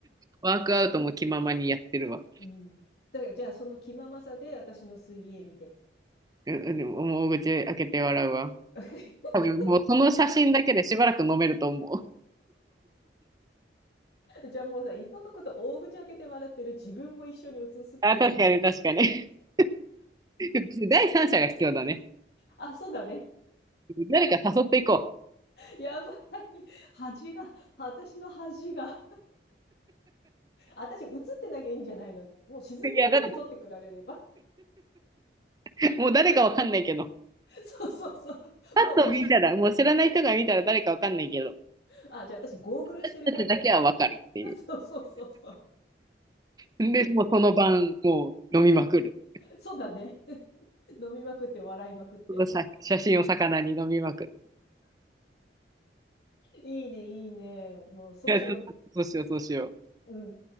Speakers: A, on the right; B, on the left.
A: ワークアウトも気ままにやってるわ。
B: うんだから、じゃあ、その気ままさで私の水泳見て。
A: うんうん、でももう口開けて笑うわ。
B: <laughs>
A: 多分もうその写真だけでしばらく飲めると思う。
B: じゃあもうさ、いっそのこと大口開けて笑ってる自分も一緒に映すっていうのはどう
A: あ、確かに確かに。<laughs> 第三者が必要だね。
B: あ、そうだね。
A: 誰か誘っていこ
B: やばい。恥が、私の恥が。私映ってなきゃいいんじゃないの。もう沈んでる時撮ってくられれば。
A: う。いや、だって、<laughs> もう誰かわかんないけど。
B: そうそうそう。
A: パッと見たら、
B: もう、もう、
A: もう知らない人が見たら誰かわかんないけど。
B: <laughs> あ、じゃあ私ゴーグルしてればいいんだ。
A: たちだけはわかるっていう。
B: <laughs> そうそうそうそう。
A: で、もうその晩、もう飲みまくる。
B: そうだね。<laughs> 飲みまくって笑いまくって。
A: その写写真を魚に飲みまくる。
B: いいね、いいね。もうそうしよ
A: いや、ちょっとそうしよう、そうしよう。
B: う。うん。